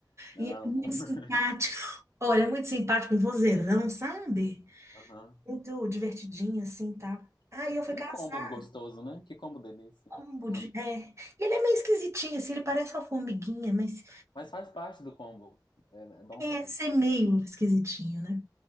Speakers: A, on the right (about 35°); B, on the left (about 75°).
A: E
B: amo.
A: é muito
B: <laughs>
A: simpático. Olha, é muito simpático, um vozeirão, sabe?
B: Aham.
A: Muito divertidinho, assim, tal. Aí
B: Um
A: eu fui caçar
B: combo gostoso, né? Que combo delícia.
A: combo
B: Hum.
A: de... É. E ele é meio esquisitinho, assim, ele parece uma formiguinha, mas
B: Mas faz parte do combo. É, é bom
A: é,
B: também.
A: ser meio esquisitinho, né?